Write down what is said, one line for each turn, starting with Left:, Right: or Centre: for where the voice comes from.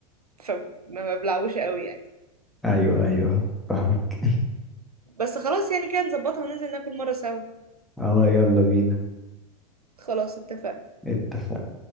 Right: فما بلعبوش قوي يعني
Centre: ايوه ايوه فاهمك
Right: بس خلاص يعني كده نظبطها وننزل ناكل مره سوا
Centre: <laughs> اه يلا بينا
Right: خلاص اتفقنا
Centre: اتفق